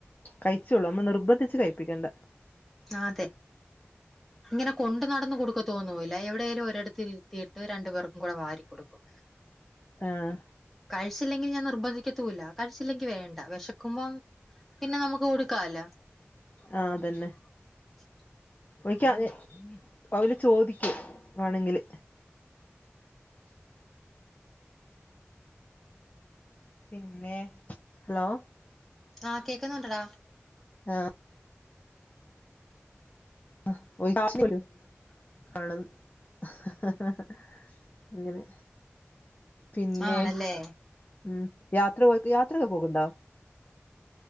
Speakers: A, on the left; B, in the centre.
A: കഴിചോളും നമ്മ നിർബന്ധിച്ച് കഴപ്പിക്കണ്ട.
B: അതെ ഇങ്ങനെ കൊണ്ട് നടന്ന് കൊടുക്കത്ത്- തോന്നൂല്ല എവിടെയേലും ഒരിടത്തിരുത്തിയിട്ട് രണ്ടുേപേർക്കും കൂടെ വാരി കൊടുക്കും
A: ആഹ്
B: കഴിച്ചില്ലെങ്കിൽ ഞാൻ നിർബന്ധിക്കത്തൂല്ല കഴിച്ചില്ലെങ്കി വേണ്ട വിശക്കുമ്പ - പിന്നെ നമുക്ക് കൊടുക്കാല്ലോ
A: ആ തന്നെ
B: <inaudible>
A: ക്ക അവ <unintelligible> ല് ചോദിക്കു വേണെങ്കില് പിന്നെ ഹലോ
B: ആഹ് കേക്കുന്നുണ്ടടാ
A: ആഹ് <unintelligible> ആണ് ഹ ഹ ഹ അങ്ങനെ പിന്നെ
B: ആണ് ഇല്ലേ
A: ഉം യാത്ര പോ യാത്രൊക്കെ പോകണ്ടോ